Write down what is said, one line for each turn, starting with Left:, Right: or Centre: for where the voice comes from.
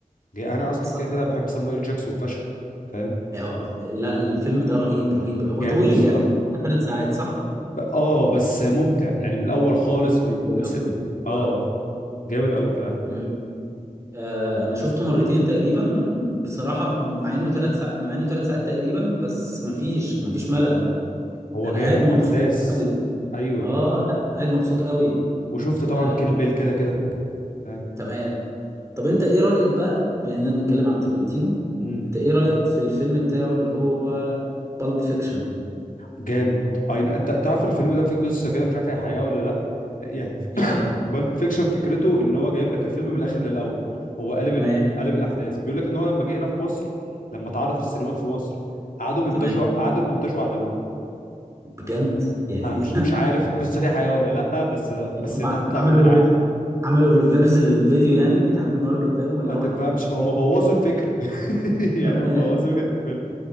Left: جا- انا اصلا
Right: صح
Left: كده كده بحب سامويل جاكسون فشخ فاهم
Right: أيوة. لا الفيلم ده رهيب رهيب هو
Left: جامد
Right: طويل
Left: الصراحه
Right: يعني كان ثلاث ساعات صح
Left: ب... اه بس ممتع يعني من الاول خالص من
Right: حلو
Left: والناس
Right: قوي
Left: ال... اه
Right: حلو
Left: جامد قوي فعلا
Right: قوي آه، انا شفته مرتين تقريبا بصراحه هم- مع انه ثلاث ساعات مع انه ثلاث ساعات تقريبا بس مفيش مفيش ملل
Left: هو
Right: انا
Left: جامد
Right: قاعد مبسوط
Left: احداث
Right: قوي
Left: ايوه
Right: اه لا قاعد مبسوط قوي
Left: وشفت طبعا
Right: آه،
Left: كيل بيل كده كده فاهم
Right: تمام طب انت ايه رايك بقى بما اننا بنتكلم عن ترنتينو
Left: مم.
Right: انت ايه رايك في الفيلم بتاعه اللي هو بالب فيكشن
Left: جامد اي انت تعرف الفيلم ده فيه قصه كده مش عارف هي حقيقه ولا لا يعني
Right: ايه
Left: <coughs> بالب فيكشن فكرته ان هو جايب لك الفيلم من الاخر للاول هو قلب
Right: تمام
Left: ال... قلب الاحداث بيقول لك ان هو لما جه هنا في مصر لما اتعرض في السينمات في مصر قعدوا منتجوا
Right: تمام
Left: قعدوا المنتج وعدلوه
Right: بجد يعني
Left: انا مش مش
Right: <laughs>
Left: عارف القصه دي حقيقه ولا لا بس بس
Right: هم
Left: هي تطلع
Right: عملوا
Left: مننا عادي
Right: عملوا ريفرز للفيديو يعني بيتعاد من ورا لقدام ولا
Left: ما
Right: هو
Left: تفهمش بقى هم بوظوا الفكره <laughs>
Right: <laughs>
Left: يعني هم بوظوا فكره الفيلم